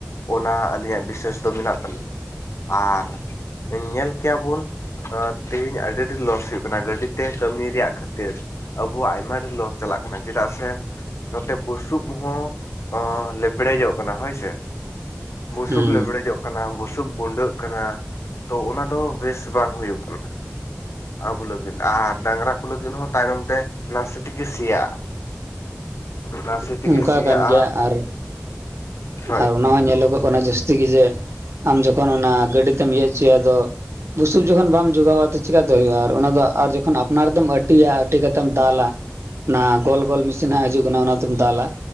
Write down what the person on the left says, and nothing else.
ᱚᱱᱟ ᱟᱹᱞᱤᱧᱟᱜ ᱵᱤᱥᱮᱥ ᱫᱚ ᱢᱮᱱᱟᱜ ᱛᱟᱹᱞᱤᱧᱭᱟ ᱟᱨ ᱧᱮᱞ ᱠᱮᱭᱟᱵᱚᱱ ᱛᱮᱦᱮᱧ ᱟᱹᱰᱤ ᱰᱷᱮᱨ ᱞᱚᱥ ᱦᱩᱭᱩᱜ ᱠᱟᱱᱟ ᱜᱟᱹᱰᱤᱛᱮ ᱠᱟᱹᱢᱤ ᱨᱮᱭᱟᱜ ᱠᱷᱟᱹᱛᱤᱨ ᱟᱵᱚᱣᱟᱜ ᱟᱭᱢᱟ ᱰᱷᱮᱨ ᱞᱚᱥ ᱪᱟᱞᱟᱜ ᱠᱟᱱᱟ ᱪᱮᱫᱟᱜ ᱥᱮ ᱱᱚᱛᱮ ᱵᱩᱥ ᱵᱩᱥᱩᱵ ᱦᱚᱸ ᱞᱮᱵᱽᱲᱮᱡᱚᱜ ᱠᱟᱱᱟ ᱦᱳᱭ ᱥᱮ ᱵᱩᱥᱩᱵ
ᱞᱮᱵᱽᱲᱮᱡᱚᱜ ᱠᱟᱱᱟ ᱵᱩᱥᱩᱵ ᱜᱩᱸᱰᱟᱹᱜ ᱠᱟᱱᱟ ᱛᱚ ᱚᱱᱟ ᱫᱚ ᱵᱮᱥ ᱵᱟᱝ ᱦᱩᱭᱩᱜ ᱠᱟᱱᱟ ᱟᱵᱚ ᱞᱟᱹᱜᱤᱫ ᱟᱨ ᱰᱟᱝᱨᱟᱠᱚ ᱞᱟᱹᱜᱤᱫ ᱦᱚᱸ ᱛᱟᱭᱱᱚᱢ ᱛᱮ ᱱᱟᱥᱮ ᱛᱮᱜᱮ ᱥᱮᱭᱟᱜᱼᱟ ᱱᱟᱥᱮ ᱛᱮᱜᱮ
ᱥᱮᱭᱟᱜᱼᱟ
ᱦᱳᱭ